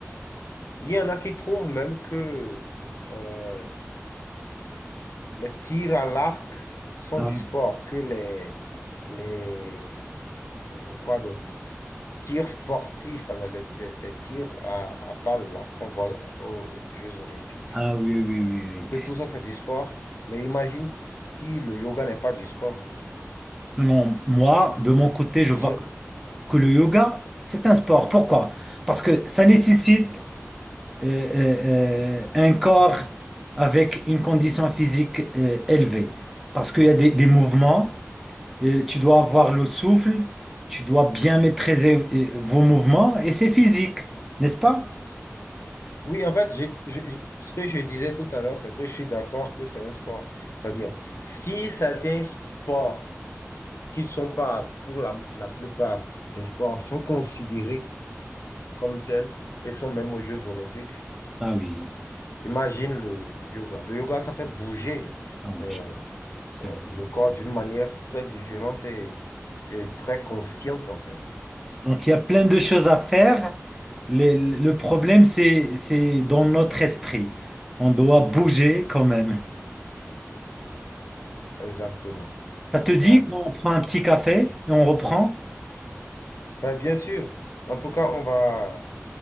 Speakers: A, on the left; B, in the centre.
A: il y en a qui trouvent même que... euh, les tirs à l'arc sont
B: Ah
A: du
B: oui,
A: sport que les, les euh, quoi d'autre? Tirs sportifs, voilà, les, les- les tirs à, à balles là, qu'on voit aux Jeux Olympiques.
B: ah oui, oui, oui.
A: Que
B: oui.
A: tout ça, c'est du sport. Mais imagine si le yoga n'est pas du sport.
B: Non, non, moi, de mon côté, je
A: Si
B: vois que le yoga, c'est un sport. Pourquoi? Parce que ça nécessite euh, euh, euh, un corps avec une condition physique euh, élevée. Parce qu'il y a des, des mouvements, euh, tu dois avoir le souffle, tu dois bien maîtriser euh, vos mouvements et c'est physique, n'est-ce pas?
A: Oui, en fait, j'ai- je- je- ce que je disais tout à l'heure, c'est que je suis d'accord que c'est un sport. C'est-à-dire, si certains sports qui ne sont pas pour la la plupart des sports sont considérés comme tels et sont même aux Jeux olympiques.
B: Ah oui,
A: Imagine le yoga. Le yoga, ça fait bouger
B: ah oui,
A: euh,
B: c'est
A: euh,
B: vrai.
A: le corps d'une manière très différente et, et très consciente, en fait.
B: Donc il y a plein de choses à faire. Le, le problème, c'est, c'est dans notre esprit. On doit bouger quand même.
A: Exactement.
B: Ça te dit
A: Ouais.
B: qu'on prend un petit café et on reprend?
A: Ben, bien sûr. En tout cas, on va...